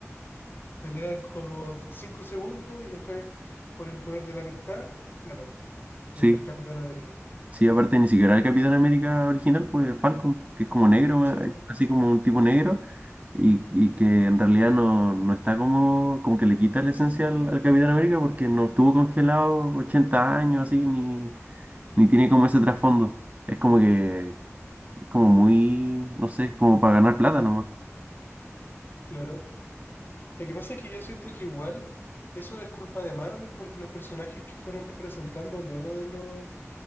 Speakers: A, on the left (about 45°); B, on the right (about 30°).
A: Pelean como 5 segundos y después, por el poder de la amistad, gana
B: Sí,
A: el Capitán América.
B: Sí, aparte ni siquiera el Capitán América original, pues Falcon, que es como negro, ma-
A: Sí, pues,
B: así como un tipo negro, y, y que en realidad no, no está como, como que le quita la esencia al, al Capitán América porque no estuvo congelado 80 años así, ni, ni tiene como ese trasfondo. Es como que, es como muy, no sé, es como para ganar plata nomás.
A: claro. Lo que pasa es que yo siento que igual eso es culpa de Marvel porque los personajes que fueron presentando luego de los,